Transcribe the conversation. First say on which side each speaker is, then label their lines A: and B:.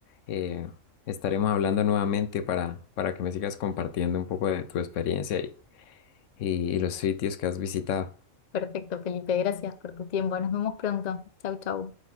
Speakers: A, on the left; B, on the left.
A: eh, estaremos hablando nuevamente para, para que me sigas compartiendo un poco de tu experiencia y, y los sitios que has visitado.
B: perfecto, Felipe, gracias por tu tiempo. Nos vemos pronto. Chau, chau.